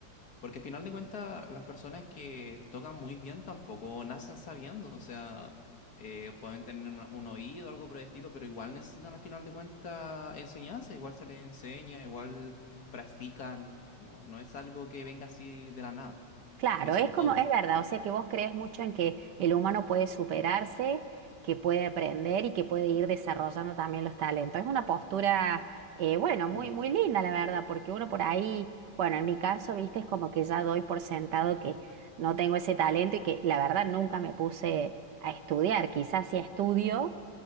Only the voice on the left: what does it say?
porque al final de cuentas, las personas que tocan muy bien tampoco nacen sabiendo, o sea, eh, pueden tener un, un oído, algo por el estilo, pero igual necesitan al final de cuentas enseñanza, igual se les enseña, igual practican, no, no es algo que venga así de la nada,
es
un
todo.
Mm.